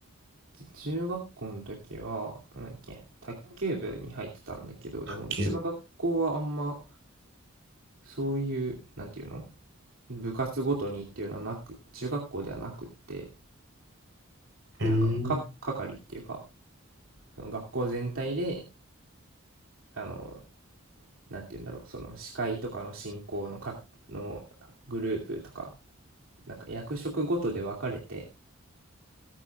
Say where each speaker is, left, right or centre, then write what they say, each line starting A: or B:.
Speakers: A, on the right; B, on the right.
A: じ中学校の時は、なんだっけ、卓球部に入ってたんだけど、
B: 卓球。
A: でもうちの学校はあんま
B: う
A: そういう、なんていうの部活ごとにっていうのはなく、中学校ではなくって、
B: ーん。
A: なんか、か、係っていうか、その学校全体で、あの、なんて言うんだろう、その司会とかの進行のか、のグループとか、なんか役職ごとで分かれて